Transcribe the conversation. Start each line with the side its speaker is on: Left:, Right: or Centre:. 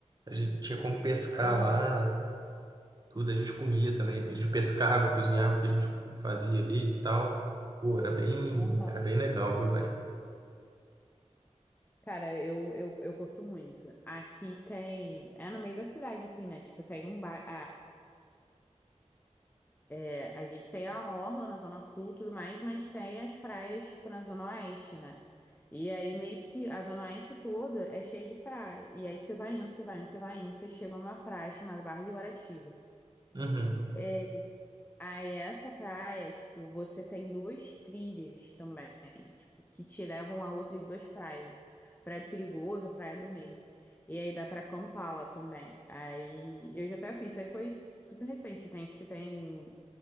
Right: A gente tinha como pescar
Left: Aham,
Right: lá, tudo a gente comia também. A gente pescava e cozinhava o que a gente fazia ali e tal. Pô, era bem,
Left: aham.
Right: era bem legal, viu, velho?
Left: Cara, eu, eu, eu curto muito. Aqui tem... É no meio da cidade, assim, né? Tipo, tem um bairro... É, a gente tem a orla na Zona Sul e tudo mais, mas tem as praias, tipo, na Zona Oeste, né? E aí, meio que a Zona Oeste toda é cheia de praia. E aí, você vai indo, você vai indo, você vai indo, você chega numa praia chamada Barra de Guaratiba.
Right: Uhum,
Left: É, aí, essa praia, tipo, você tem duas trilhas também, tipo, que te levam a outras duas praias. Praia do Perigoso, a Praia do Meio. E aí, dá pra acampar lá também. Aí, eu já até fiz, isso aí foi su- super recente, tem, acho que tem